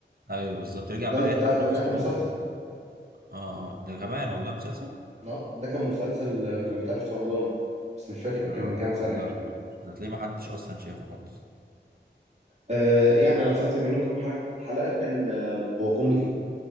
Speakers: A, on the right; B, on the right.
A: ايوه بالظبط رجع
B: ده
A: بقى يلحق
B: ده
A: نفسه.
B: ده كان مسلسل
A: اه اه ده كمان والله مسلسل
B: آه، ده كان مسلسل آه، كان بيتعرض في رمضان بس مش فاكر
A: يا
B: كان
A: نهار
B: من كام
A: أبيض.
B: سنة كده
A: ده تلاقيه ما حدش اصلا شافه خالص
B: آه يعني أنا فاكر منه كام حلقة حلقة كان آه هو كوميدي